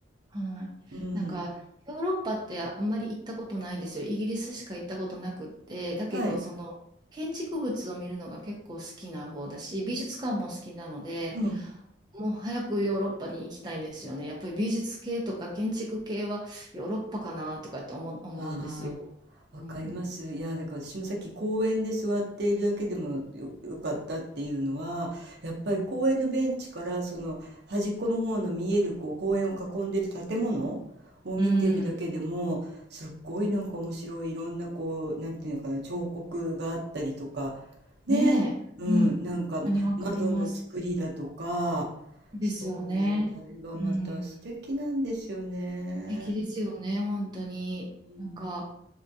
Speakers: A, on the right; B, on the right.
A: はい。
B: うん。
A: なんかヨーロッパってあんまり行ったことないんですよ。イギリスしか行ったことなくって、だけどその建築物を見るのが結構好きな方だし、
B: はい。
A: 美術館も好きなので、
B: うん。
A: もう早くヨーロッパに行きたいんですよね。やっぱり美術系とか建築系はヨーロッパかなとかって思う、思うんですよ。
B: ああ、
A: うん。
B: わかります。いや、だから私もさっき公園で座っているだけでもよ、よかったっていうのは、やっぱり公園のベンチからその端っこの方の見えるこう公園を囲んでる建物を見てるだけでも、
A: うん。うん
B: すっごいなんか面白いいろんなこう、なんていうのかな、彫刻があったりとか、ね、
A: ねえ。
B: うん、
A: うん。本当にわかります。
B: なんか窓の作りだとか、
A: ですよね。
B: そう、あれがまた素敵なんですよね。
A: うん。素敵ですよね、本当に。
B: うん
A: なんか、